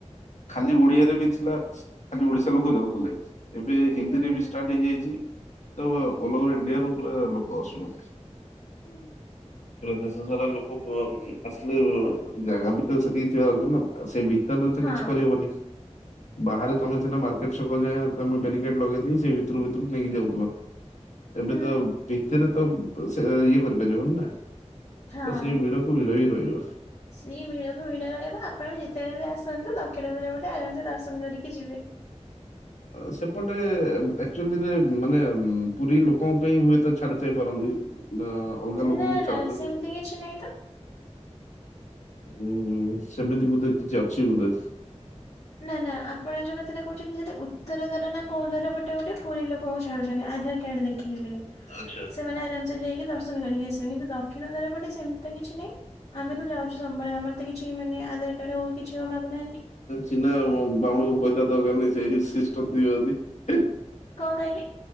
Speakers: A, on the left (about 85°); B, on the left (about 65°).
A: ଖାଲି ଓଡିଆରେ ବି ଥିଲା ଖାଲି ଓଡିଶା ଲୋକ ଯାଉଥୁଲେ, ଏବେ ହିନ୍ଦୀରେ
B: ହୁଁ।
A: ବି ଷ୍ଟାର୍ଟ ହେଇଯାଇଚି। ତ ଓଲ୍ ଓଭର୍ ଇଣ୍ଡିଆରୁ ପୁରା ଲୋକ ଆସୁଚନ୍ତି।
B: <inaudible>
A: ପୁରା ଦେଶ ସାରା ଲୋକ ବ ଉଁ ଉଁ ଆସିଲେ ବ ଜାଗା ବି ତ ସେତିକି ଥିବା ଦରକାର ନା ଆ ସେଇ ଭିତରରେ ତ
B: ହଁ
A: କିଛି କରିହବନି। ବାହାରେ ତମେ ସିନା ମାର୍କେଟ ଛକ ଯାଏଁ ତମେ ବ୍ୟାରିକେଟ୍ ଲଗେଇଦେଇ ସେ ଭିତୁରୁ ଭିତୁରୁ ନେଇକି ଯାଉଥିଲ। ଏବେ
B: ହୁଁ
A: ତ ଭିତେରେ ତ ବ ସେ ଇଏ କରିପାରିବନି ନା ତ
B: ହଁ।
A: ସେଇ ଭିଡ କୁ ଭିଡ ହି ରଇବ।
B: ସିଏ ଭିଡକୁ ଭିଡ ରହିବ ଆପଣ ଯେତେବେଳେ ବି ଆସନ୍ତୁ ଦକ୍ଷିଣ ଦ୍ୱାର ବାଟେ ଆରାମ୍ ସେ ଦର୍ଶନ କରିକି ଯିବେ।
A: ଆ ସେପଟେ ବ୍ ଆକ୍ଚୁଆଲିରେ ବ୍ ମାନେ ଉଁ ପୁରୀ ଲୋକଙ୍କ ପାଇଁ ହୁଏତ ଛାଡୁଥାଇ ପାରନ୍ତି। ନା ଅଲଗା ଲୋକଙ୍କୁ
B: ନା ନା
A: ଛାଡୁଚନ୍ତି
B: ସେମିତି
A: ବି।
B: କିଛି ନାହିଁ ତ
A: ଉଁ ସେମିତି ବୋଧେ କିଛି ଅଛି ବୋଧେ।
B: ନା ନା ଆପଣ ଯୋଉ କଥାଟା କହୁଚନ୍ତି ସେଇଟା ଉତ୍ତର ଦ୍ୱାର ନା କୋଉ ଦ୍ୱାର ପଟେ ଗୋଟେ ପୁରୀ ଲୋକଙ୍କୁ ଛାଡୁଚନ୍ତି ଆଧାର କାର୍ଡ ଦେଖେଇଲେ
A: ଆଚ୍ଛା।
B: ସେମାନେ ଆରାମ୍ ସେ ତ ଯାଇକି ଦର୍ଶନ କରିକି ଆସିବେ କିନ୍ତୁ ଦକ୍ଷିଣ ଦ୍ୱାର ପଟେ ସେମିତି ତ କିଛି ନାଇଁ। ଆମେ ତ ଯାଉଛୁ ସବୁବେଳେ ଆମର ତ କିଛି ମାନେ ଆଧାର କାର୍ଡ ହଉ କିଛି ହଉ ମାଗୁ ନାହାନ୍
A: ଚିନା ଉଁ ବାମୁଁଣଙ୍କୁ ପଇତା ଦରକାର ନାଇଁ ସେହି ସିଷ୍ଟମ୍ ଥିବ ଯଦି ହି।
B: କଁ କଇଲେ?